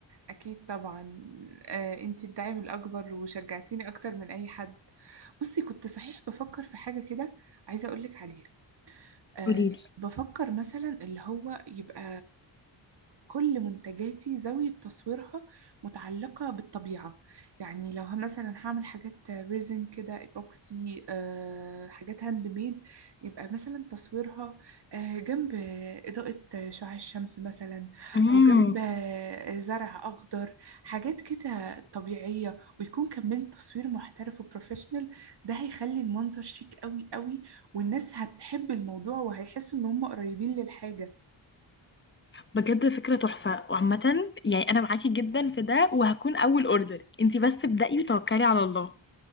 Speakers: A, on the right; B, on the left.
A: أكيد طبعا آه، أنتي الداعم الأكبر وشجعتيني أكتر من أي حد بصي كنت صحيح بفكر في حاجة كده عايزة أقولك عليها أه
B: قولي
A: بفكر مثلا اللي هو يبقى كل منتجاتي زاوية تصويرها متعلقة بالطبيعة يعني لو ه- مثلا هعمل حاجات ريزن كده ايبوكسي آه، حاجات هاند ميد يبقى مثلا تصويرها آه، جنب إضاءة شعاع الشمس مثلا
B: لي
A: أو جنب آه، زرع أخضر حاجات كده طبيعية ويكون كمان تصوير محترف وبروفيشنال ده هيخلي المنظر شيك قوي قوي والناس هتحب الموضوع وهيحسوا إن هم قريبين للحاجة
B: بجد فكرة تحفة وعامة يعني أنا معاكي جدا في ده وهكون أول أوردر انتي بس ابدأي وتوكلي على الله